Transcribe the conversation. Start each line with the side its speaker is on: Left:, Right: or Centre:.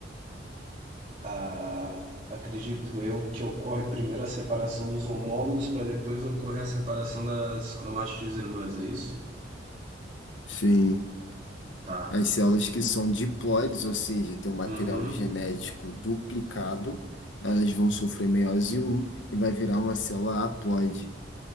Right: a, acredito eu que ocorre primeiro a separação dos homólogos para depois ocorrer a separação das cromátides irmãs, é isso?
Left: Sim,
Right: Tá.
Left: as células que são diploides, ou seja, têm um material
Right: Uhum.
Left: genético duplicado, elas vão sofrer meiose um e vai virar uma célula haploide.